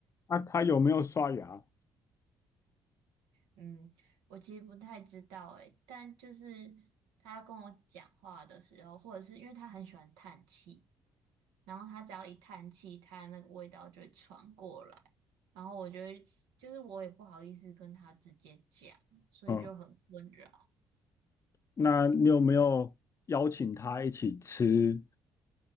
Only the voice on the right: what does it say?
嗯，我其实不太知道诶，但就是他跟我讲话的时候，或者是因为他很喜欢叹气，然后他只要一叹气，他那个味道就会传过来，然后我就会，就是我也不好意思跟他直接讲，所以就很困扰。